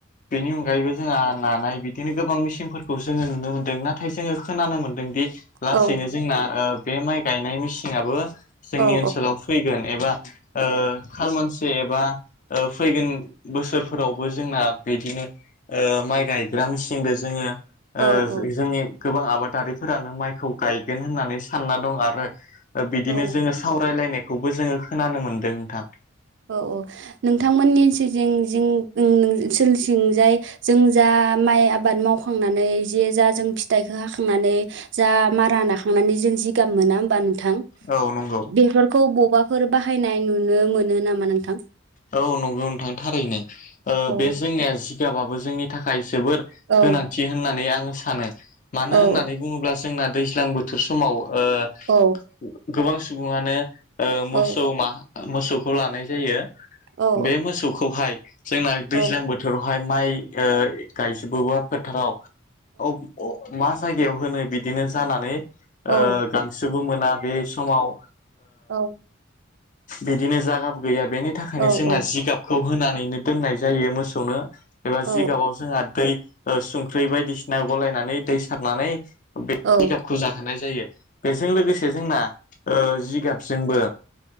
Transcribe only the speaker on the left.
बेनि उ खायबो जोंहा नानाय बिदिनो गोबां मेसिनफोर खौ जोङो नुनो मोन्दों ना थाय जोङो खोनानो मोन्दोंदि लासैनो
जोंना ओ बे माइ गायनाय मेसिंआबो जोंनि
ओनसोलाव फैगोन एबा ओ खालमानसि एबा ओ फैगोन बोसोरफोरावबो जोंना बिदिनो ओ माइ गायग्रा मेसिनदो जोङो
ओ
जो जोंनि गोबां आबादारिफोरानो माइखौ गायगोन होननानै सानना दं आरो ओ बिदिनो
जोङो सावरायलायनाय खौबो जोङो खोनानो मोन्दों नोंथां
औ नंगौ
औ नंगौ नोंथां थारैनो ओ
बे जोंनिया जि गाबाबो जोंनि थाखाय जोबोर
गोनांथि होननानै आङो सानो मानो
होननानै बुङोब्ला जोंना दैज्लां बोथोर समावो ओ
गोबां सुबुङानो ओ मोसौ
मा मोसौ खौ लानाय जायो
बे मोसौखौहाय जोंना दैज्लां
बोथोरावहाय माइ ओ गायजोबोबा फोथाराव औ मा जायगायाव होनो बिदिनो जानानै ओ
गांसोबो मोन मोना बे समाव ओ
बिदिनो जागाबो गैया बेनो नि थाखायनो जोंना
जिगाब खौ होनानैनो दोननाय जायो मोसौनो एबा
जिगाबाव जोंहा दै ओ संख्रि बायदिसिना गलायनानै दै सारनानै बे जिगाबखौ
जाहोनाय जायो बेजों लोगोसे जोंना ओ जिगाबजोंबो